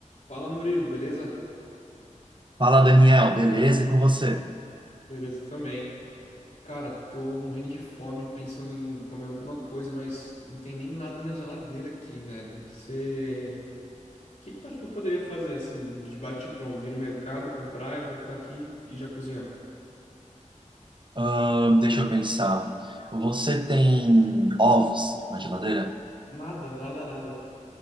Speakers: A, on the left; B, on the right.
A: Fala Murilo, beleza?
B: Fala, Daniel, beleza? E com você?
A: Beleza também. Cara, tô morrendo de fome, pensando em comer alguma coisa, mas não tem nem nada na geladeira aqui, velho. Você. O que que tu acha que eu poderia fazer, assim, de bate-pronto? Ir no mercado, comprar e voltar aqui e já cozinhar?
B: Ahn, deixa eu pensar. Você tem ovos na geladeira?
A: Nada, nada, nada.